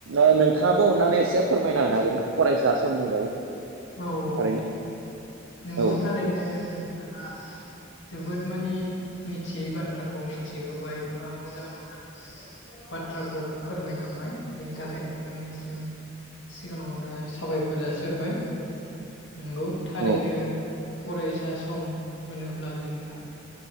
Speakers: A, on the right (about 85°); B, on the left (about 65°).
A: ओ नोंथाङाबो अननानै एसे फोरमायना होनो हागोन ना फरायसा समनि बागै?
B: औ औ
A: थारैनो
B: नोंगौ
A: औ
B: थारैनो नोंथाङा जोबोद माने मिथियै बाथ्राखौ मिथिहोबाय बा मोजां मोजां बाथ्राफोर फोरमायलांबाय बिनि थाखाय नोंथांनिसिम सिगाङावनो साबायख'र जासि हरबाय। नोंगौ थारैनो
A: औ
B: फरायसा सम होनोब्ला जोङो